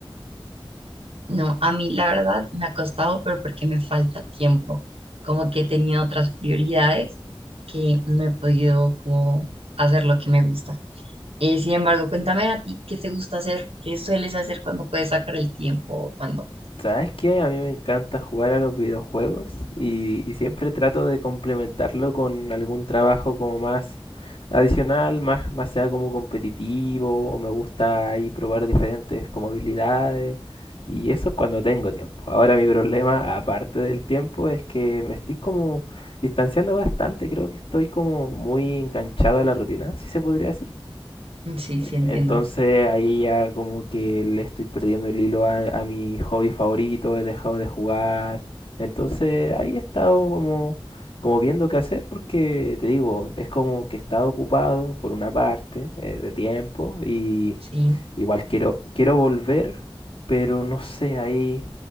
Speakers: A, on the right; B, on the left.
A: No, a mí la verdad me ha costado, pero porque me falta tiempo, como que he tenido otras prioridades que no he podido como hacer lo que me gusta. Eh, sin embargo, cuéntame a ti, ¿qué te gusta hacer? ¿Qué sueles hacer cuando puedes sacar el tiempo? o Cuando...
B: ¿Sabes qué? A mí me encanta jugar a los videojuegos y, y siempre trato de complementarlo con algún trabajo como más adicional, más, más sea como competitivo, o me gusta ahí probar diferentes como habilidades y eso cuando tengo tiempo. Ahora mi problema, aparte del tiempo, es que me estoy como distanciando bastante, creo que estoy como muy enganchado a la rutina, si se podría decir.
A: Sí, sí, entiendo,
B: Entonces ahí ya como que le estoy perdiendo el hilo a, a mi hobby favorito, he dejado de jugar. Entonces ahí he estado como, como viendo qué hacer porque te digo, es como que he estado ocupado por una parte eh, de tiempo y
A: sí.
B: igual quiero, quiero volver, pero no sé, ahí